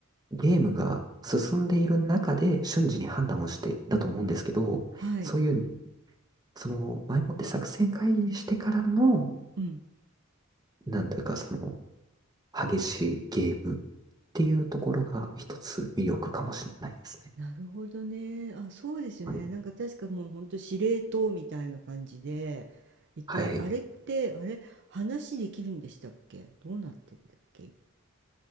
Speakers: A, on the right; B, on the right.
A: うゲームが進んでいる中で瞬時に判断をしてだと思うんですけど、
B: はい。
A: そういうね、その前もって作戦会議してからの、
B: うん。
A: なんというか、その、激しいゲームっていうところが一つ魅力かもしれないですね。
B: なるほどね。あ、そうですよね。
A: はい。
B: なんか確かもうほんと司令塔みたいな感じでいて、
A: はい。
B: あれって、あれ、話できるんでしたっけどうなってんだっけ